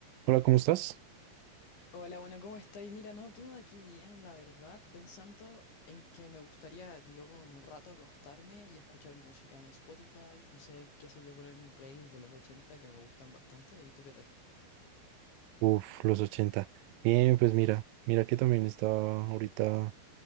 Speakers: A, on the right; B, on the left.
A: Hola, ¿cómo estás?
B: Hola, bueno, ¿cómo estáis? Mira, no, todo aquí bien, la verdad, pensando en que me gustaría luego en un rato acostarme y escuchar música en Spotify, no sé, qué sé yo, ponerme un playlist de los 80 que me gustan bastante. ¿Y tú qué tal?
A: Uf, los 80. Bien, pues mira, mira que también estaba ahorita